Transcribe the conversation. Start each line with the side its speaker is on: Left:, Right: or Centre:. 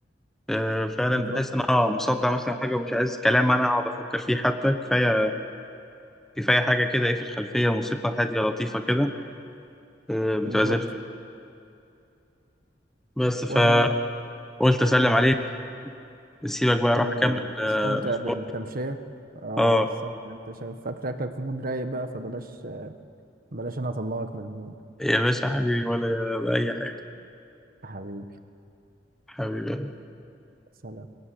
Centre: آه، فعلا
Right: بالظبط
Centre: بحس ان انا مصدع مثلا حاجه ومش عايز كلام انا اقعد افكر فيه حتى كفايه كفايه حاجه كده ايه في الخلفيه موسيقى هاديه لطيفه كده آه، متعزف
Right: بالظبط
Centre: بس فقلت
Right: و
Centre: اسلم
Right: مم.
Centre: عليك سيبك بقى اروح
Right: حبيبي
Centre: اكمل آه،
Right: استمتع
Centre: مشوار
Right: بالتمشية اه
Centre: اه
Right: استمتع انت شايف فاكر اكلك في مود رايق بقى فبلاش بلاش انا اطلعك من المود
Centre: يا باشا حبيبي ولا اي حاجه
Right: حبيبي
Centre: حبيبي
Right: سلام